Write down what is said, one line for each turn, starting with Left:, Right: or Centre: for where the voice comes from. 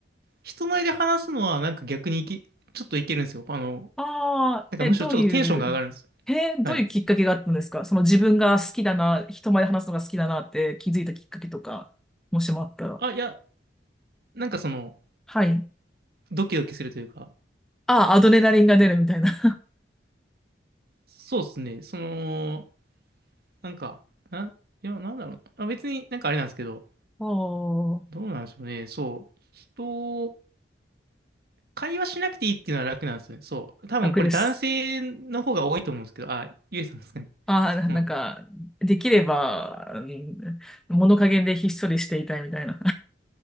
Right: 人前で話すのはなんか逆にいき、ちょっといけるんですよ。あの、
Centre: ああ、
Right: なんかむしろちょっとテンションが上がるんです。
Centre: え、どういう、え、どういうきっかけがあったんですかその自分が好きだな、
Right: はい。
Centre: 人前で話すのが好きだなって気づいたきっかけとか、もしもあったら。
Right: あ、いや、なんかその、
Centre: はい。
Right: ドキドキするというか、
Centre: ああ、アドレナリンが出るみたいな。
Right: そうですね、その、なんか、なん、いや、なんだろうな。あ、別になんかあれなんですけど、
Centre: <laughs> おー、
Right: どうなんでしょうね。そう、人、会話しなくていいっていうのは楽なんですよね。そう。多分これ男性の方が多いと思うんですけど、
Centre: 楽です。
Right: あ、ゆえさんですかね。
Centre: ああ、
Right: その、
Centre: ななんか、できれば、うん、物陰でひっそりしていたいみたいな。